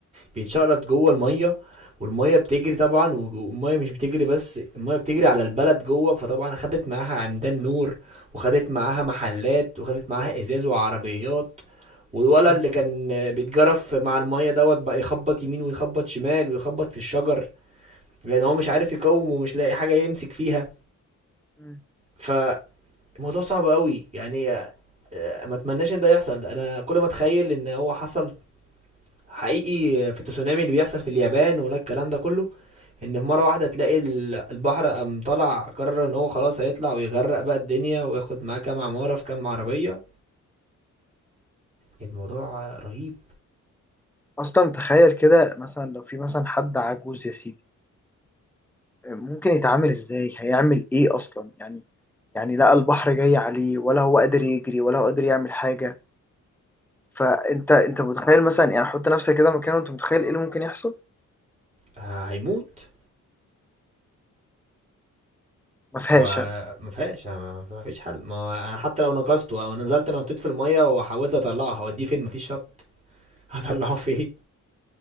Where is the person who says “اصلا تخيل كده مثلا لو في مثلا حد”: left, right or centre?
Centre